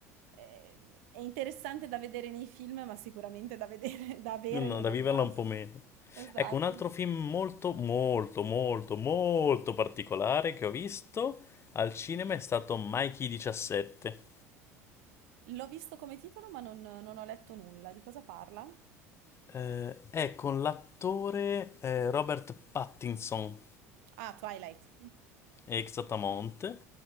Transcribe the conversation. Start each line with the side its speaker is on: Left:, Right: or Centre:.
Right: ehm, è interessante da vedere nei film, ma sicuramente da vedere <laughs> da avere
Left: No, no,
Right: non
Left: da
Right: è
Left: viverla
Right: il massimo.
Left: un po' meno.
Right: Esatto.
Left: Ecco, un altro film molto, molto, molto, molto particolare che ho visto al cinema è stato Mikey 17.
Right: L'ho visto come titolo, ma non, non ho letto nulla. Di cosa parla?
Left: Eh, è con l'attore eh, Robert Pattinson,
Right: Ah, Twilight.
Left: ex Atamonte,